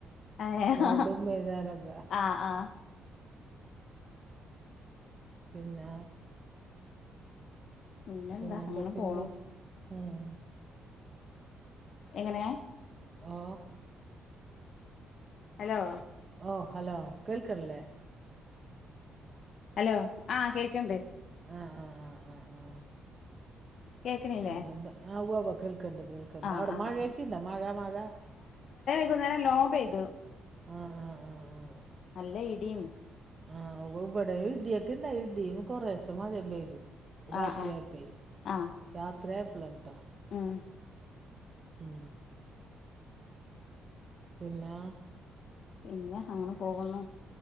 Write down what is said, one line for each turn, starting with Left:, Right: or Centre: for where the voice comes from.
Left: ഏഹ്
Right: മോളുടെ ഉമ്മയും ഞാനൊക്കെ
Left: ആ ആ
Right: പിന്നാ
Left: പിന്നെന്താ
Right: പിന്നെന്തൊക്കെയുണ്ട്
Left: അങ്ങനെ പോണു
Right: ഉം
Left: എങ്ങനെ?
Right: ഓ
Left: ഹലോ
Right: ഓ ഹലോ കേൾക്കൺല്ലേ
Left: ഹലോ ആ കേ ക്ക്ണ്ട്
Right: ആ ആ ആ ആ ആ
Left: കേക്ക്ണില്ലേ
Right: പിന്നെന്താ ആ ഉവ്വവ്വ കേൾക്ക്ണ്ട് കേൾക്ക്ണ്ട്
Left: ആഹ്
Right: അവിടെ
Left: ആഹ്
Right: മഴയൊക്കെണ്ടാ
Left: ആഹ്
Right: മഴ മഴ
Left: <unintelligible> നേരം നല്ലോം പെയ്ത്
Right: ആ ആ ആ ആ
Left: നല്ല ഇടിയും
Right: ആ ഉവ്വ് വിടേം ഇടിയൊക്കെ ഇണ്ടായി ഇടിയും കൊറേശെ മഴയും പെയ്ത്. രാത്രി
Left: ആഹ് ആഹ്
Right: ആയപ്പെ
Left: ആഹ്
Right: രാത്രി ആയപ്പളാണുട്ടൊ.
Left: ഉം
Right: മ് പിന്നെ
Left: പിന്നെ അങ്ങനെ പോകുന്നു.